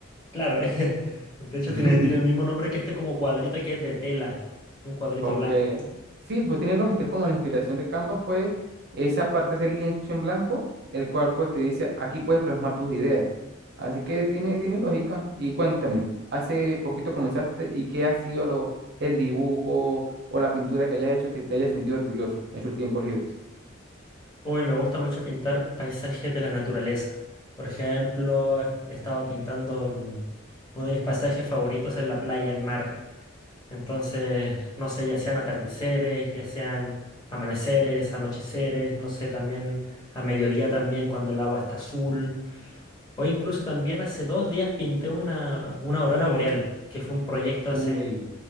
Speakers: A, on the left; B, on the right.
A: claro, <laughs> es que, de hecho,
B: <laughs>
A: tiene, tiene el mismo nombre que este como cuadrito que es de tela, un cuadrito
B: Ok,
A: blanco.
B: sí, pues tiene lógica, es como la inspiración de Canva fue esa parte, ese lienzo en blanco, el cual pues te dice, aquí puedes plasmar tus ideas. Así que tiene, tiene lógica. Y cuéntame, hace poquito comenzaste y qué ha sido lo, el dibujo o la pintura que hayas hecho que te hayas sentido orgulloso en sus tiempos libres.
A: Uy, me gusta mucho pintar paisajes de la naturaleza. Por ejemplo, est- he estado pintando el- uno de mis paisajes favoritos es la playa, el mar. Entonces, no sé, ya sean atardeceres, ya sean amaneceres, anocheceres, no sé, también a mediodía también cuando el agua está azul. O incluso también hace dos días pinté una, una aurora boreal, que fue un proyecto hace,
B: Uy.